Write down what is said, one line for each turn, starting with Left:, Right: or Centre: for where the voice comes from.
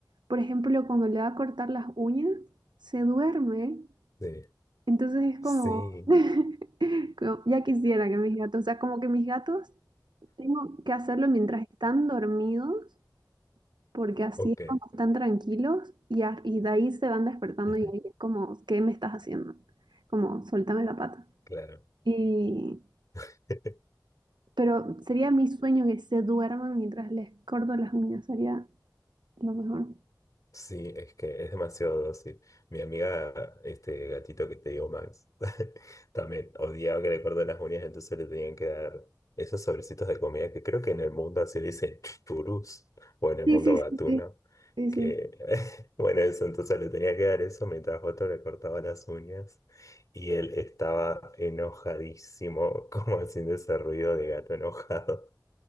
Right: por ejemplo, cuando le va a cortar las uñas, se duerme.
Left: Sí,
Right: Entonces es
Left: sí,
Right: como, <laughs> como, ya quisiera que mis gatos, o sea, como que mis gatos. Tengo que hacerlo mientras están dormidos, porque así
Left: ok,
Right: es como están tranquilos y, a- y de ahí se van despertando
Left: ujú,
Right: y ahí es como, ¿qué me estás haciendo? Como, suéltame la pata.
Left: claro.
Right: Y,
Left: <laughs>
Right: pero sería mi sueño que se duerman mientras les corto las uñas, sería lo mejor.
Left: Sí, es que es demasiado dócil. Mi amiga, este gatito que te digo, Max, <laughs> también odiaba que le corten las uñas, entonces le tenían que dar esos sobrecitos de comida que creo que en el mundo así le dicen churus o en el
Right: Sí,
Left: mundo
Right: sí, sí,
Left: gatuno,
Right: sí, sí,
Left: que
Right: sí.
Left: <laughs> bueno, eso, entonces le tenía que dar eso mientras otro le cortaba las uñas y él estaba enojadísimo, <laughs> como haciendo ese ruido de gato enojado,